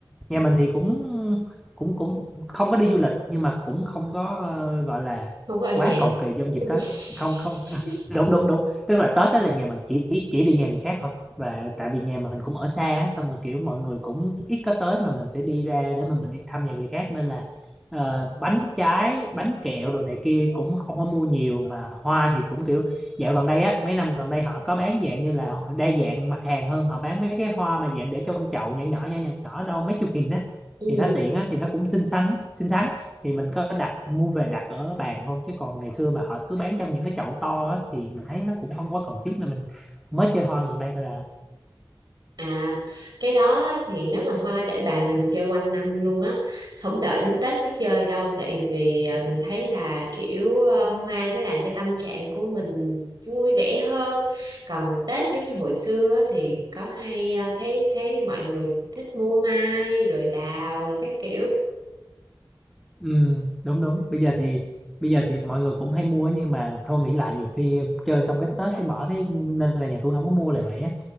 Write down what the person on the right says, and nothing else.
Không có ở
nhà.
<laughs>
Ừ.
À, cái đó á, thì nếu mà hoa để bàn là mình chơi quanh năm luôn á, không đợi đến Tết mới chơi đâu, tại vì à, mình thấy là kiểu ờ, hoa nó làm cho tâm trạng của mình vui vẻ hơn. Còn Tết giống như hồi xưa á, thì có hay à, thấy thấy mọi người thích mua mai rồi đào rồi các kiểu.